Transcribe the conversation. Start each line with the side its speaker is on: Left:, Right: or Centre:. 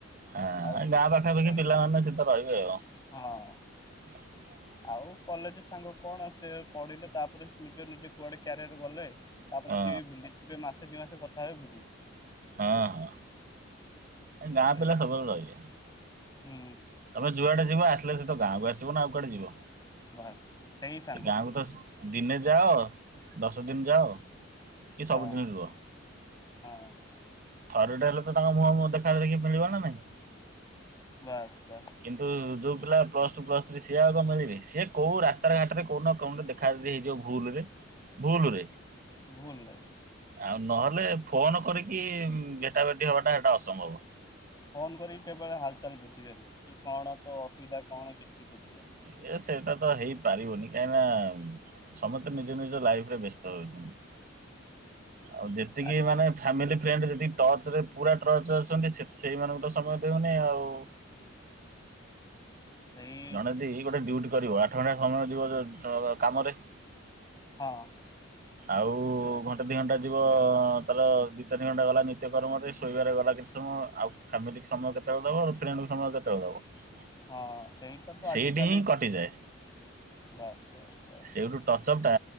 Right: ହଁ
Left: ଆଉ
Right: ଗାଁ ପାଖାପାଖି
Left: ସେ
Right: ପିଲାମାନେ ସେତ ରହିବେ ଆଉ।
Left: ହଁ।
Right: <inaudible>
Left: ଆଉ କଲେଜ୍ ସାଙ୍ଗ କଣ ସେ ପଢିଲେ ତାପରେ ନିଜେ ନିଜେ କୁଆଡେ କ୍ୟାରିୟର ଗଲେ। ତାପରେ
Right: ହଁ
Left: ସିଏ ବି ଭୁଲିଯିବେ ମାସେ ଦି ମାସେ କଥା ହବେ ଭୁଲିଯିବେ।
Right: ହଁ ହଁ। ଏ
Left: ବୁଝିଲେ
Right: ଗାଁ ପିଲା ସବୁବେଳେ ରହିବେ।
Left: ହୁଁ।
Right: ତମେ ଯୁଆଡେ ଯିବ ଆସିଲେ ସେ ତ ଗାଁକୁ ଆସିବ ନା ଆଉ କୁଆଡେ ଯିବ
Left: ବାସ୍ ସେଇ ସାଙ୍ଗ
Right: ସେ ଗାଁକୁ ତ ଦିନେ ଯାଅ ଦଶ ଦିନି ଯାଅ କି
Left: ହଁ
Right: ସବୁଦିନେ ରୁହ।
Left: ହଁ।
Right: ଥରେ ଟେ ହେଲେ ତ ତାଙ୍କ ମୁହଁ ମୁହଁ ଦେଖା ଦେଖି ମିଳିବ ନା ନାହିଁ।
Left: ବାସେ୍ ବାସେ୍।
Right: କିନ୍ତୁ ଯୋଉ ପିଲା ପ୍ଲସ୍ ଟୁ ପ୍ଲସ୍ ଥ୍ରୀ ସିଏ ଆଉ କଣ ମାନିବେ ସିଏ କୋଉ ରାସ୍ତାର ଘାଟରେ କଉ ନା କଉଠି ଦେ ଖାଇ ଦେଇଚି ଏଇଯୋଉ ଭୁଲରେ ଭୁଲରେ।
Left: ଭୁଲେ।
Right: ଆଉ ନହେଲେ ଫୋନ୍ କରିକି ଭେଟା ଭେଟି ହବାଟା ଏଟା ଅସମ୍ଭବ।
Left: ଫୋନ୍ କରିକି କେବେଳେ ହାଲ୍ ଚାଲ୍ ବୁଝିବେନି କି କଣ ତୋ ଅସୁବିଧା କଣ କିଛି ବୁଝିବେନି।
Right: ଇଏ ସେଇଟା ତ ହେଇପାରିବନି କାହିଁକି ନା ସମସ୍ତେ ନିଜ ନିଜ ଲାଇଫ୍ ରେ ବ୍ୟସ୍ତ ରହୁଚନ୍ତି। ଆଉ ଯେତିକି
Left: ଆ
Right: ମାନେ ଫାମିଲି ଫ୍ରେଣ୍ଡେ ଯେତିକି ଟଚ୍ ରେ ପୁରା ଟ୍ରଚ ଅଛନ୍ତି ସେ ସେଇମାନଙ୍କୁ ତ ସମୟ ଦଉନି ଆଉ।
Left: ସେଇ
Right: ଜଣେ ଦି ଗୋଟେ ଡ୍ୟୁଟି କରିବ ଆଠ ଘଣ୍ଟା ସମୟ ଯିବ ଦ କାମରେ।
Left: ହଁ।
Right: ଆଉ
Left: ତ
Right: ଘଣ୍ଟା ଦି ଘଣ୍ଟା ଯିବ ତାର ଦି ଚାରି ଘଣ୍ଟା ଗଲା ନିତ୍ୟକର୍ମରେ ଶୋଇବାରେ ଗଲା କି ସମୟ ଆଉ ଫାମିଲିକି ସମୟ କେତେବେଳେ ଦବ ଆଉ ଫ୍ରେଣ୍ଡ କୁ ସମୟ କେତେବେଳେ ଦବ।
Left: ହଁ ସେଇଟା ତ
Right: ସେଇଠି
Left: ଆଜିକାଲି
Right: ହିଁ
Left: ଦିନ
Right: କଟିଯାଏ।
Left: ବାସ୍ ବାସ୍। ବାସ୍
Right: ସେଇଠୁ ଟଚଅପ୍ ଟା